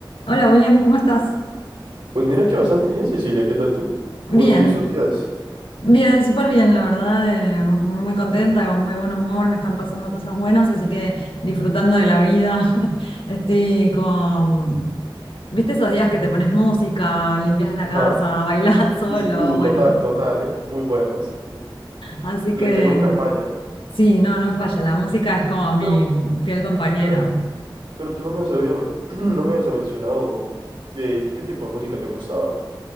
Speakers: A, on the left; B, on the right.
A: Hola William, ¿cómo estás?
B: Pues mira que bastante bien, Cecilia. ¿Qué tal tú? ¿Cómo
A: Bien,
B: te ha ido estos días?
A: bien, súper bien, la verdad, eh, muy contenta, con muy buen humor, me están pasando cosas buenas, así que disfrutando de la vida. <laughs> Estoy con, ¿viste esos días que te pones música, limpias la
B: Ajá.
A: casa, <laughs> bailás solo?
B: Sí, sí. Uh,
A: Bueno,
B: total, total, ¿eh? Muy buena. Sí, sí.
A: así que
B: La que nunca falla, ¿eh?
A: sí, no, no falla, la música es como
B: Pero,
A: mi fiel compañera.
B: pero, pero tú no me habías, <clears throat> no me habías mencionado eh, qué tipo de música te gustaba.